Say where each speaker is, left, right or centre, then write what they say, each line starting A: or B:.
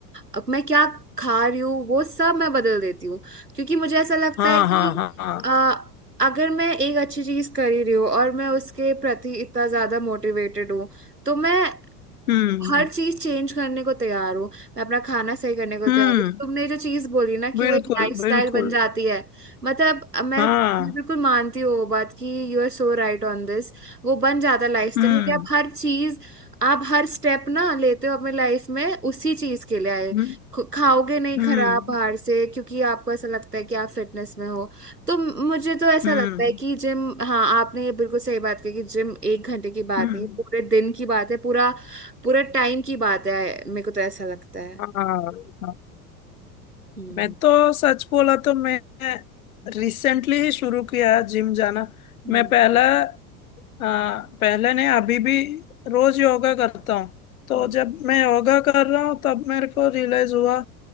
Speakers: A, on the right; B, on the left.
A: अब मैं क्या खा रही हूँ वो सब मैं बदल देती हूँ क्योंकि मुझे ऐसा लगता
B: हाँ
A: है कि
B: हाँ हाँ हाँ
A: अ, अगर मैं एक अच्छी चीज कर ही रही हूँ और मैं उसके प्रति इतना ज्यादा मोटिवेटेड हूँ तो मैं
B: हम्म
A: हर चीज चेंज करने को तैयार हूँ मैं अपना खाना सही करने को
B: हम्म
A: तैयार हूँ तुमने जो चीज बोली ना कि
B: बिल्कुल
A: वो एक लाइफस्टाइल
B: बिल्कुल
A: बन जाती है मतलब अ, मैं
B: हाँ
A: मैं बिल्कुल मानती हूँ वो बात कि you are so right on this वो बन जाता है लाइफस्टाइल
B: हम्म
A: क्योंकि आप हर चीज आप हर स्टेप ना लेते हो अपने लाइफ में उसी चीज के लिए आए
B: हम्म
A: खु- खाओगे नहीं
B: हम्म
A: खराब बाहर से क्योंकि आपको ऐसा लगता है कि आप फिटनेस में हो तो मुझे तो ऐसा
B: हम्म
A: लगता है कि जिम हाँ आपने ये बिल्कुल सही बात कही कि जिम एक घंटे की बात
B: हम्म,
A: नहीं है, पूरे दिन की बात है पूरा पूरा टाइम की बात है मेरे को तो ऐसा लगता है
B: हाँ हाँ।
A: हम्म
B: मैं तो सच बोला तो मैं रिसेंटली ही शुरू किया जिम जाना
A: हम्म
B: मैं पहले आ, पहले नहीं अभी भी रोज योगा करता हूँ तो
A: हम्म
B: जब मैं योगा कर रहा हूँ तब मेरे को रियलाइज हुआ